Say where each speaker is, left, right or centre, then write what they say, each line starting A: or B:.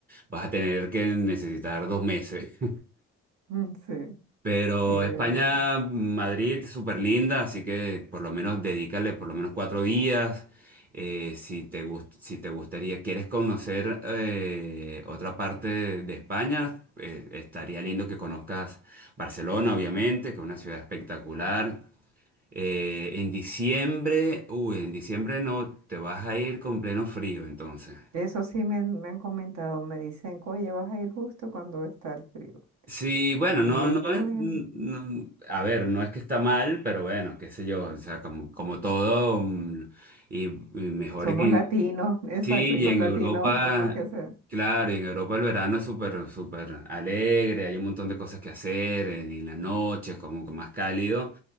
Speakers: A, on the right; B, on the right.
A: vas a tener que necesitar dos meses.
B: <laughs> sí,
A: Pero
B: sí, de
A: España,
B: verdad.
A: Madrid, súper linda, así que por lo menos dedícale por lo menos cuatro días. Eh, si te gust- si te gustaría, quieres conocer eh, otra parte de, de España, eh, estaría lindo que conozcas Barcelona, obviamente, que es una ciudad espectacular. Eh, en diciembre, uy, en diciembre no, te vas a ir con pleno frío, entonces.
B: Eso sí me, han me han comentado, me dicen, oye, vas a ir justo cuando está el frío.
A: Sí, bueno,
B: Y
A: no,
B: yo dije,
A: no es,
B: bueno,
A: no- a ver, no es que está mal, pero bueno, qué sé yo, o sea, como, como todo, mm, y, y mejor
B: somos
A: que,
B: latinos, <laughs> exacto,
A: sí,
B: y
A: y
B: los
A: en
B: latinos,
A: Europa,
B: por más que sea,
A: claro, y en Europa el verano es súper, súper alegre, hay un montón de cosas que hacer, eh, y en la noche es como que más cálido,